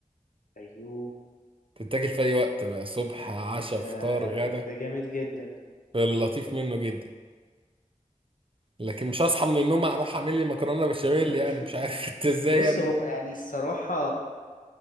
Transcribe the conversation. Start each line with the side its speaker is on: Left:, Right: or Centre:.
Left: ايوه
Right: تتاكل في اي وقت بقى صبح عشاء
Left: ده
Right: فطار غدا
Left: ده جامد جدا
Right: اللطيف منه جدا لكن مش هصحى من النوم اروح اعمل لي مكرونه بشاميل
Left: <laughs>
Right: يعني مش عارف <laughs> انت ازاي
Left: بص
Right: يا ابني
Left: هو يعني الصراحة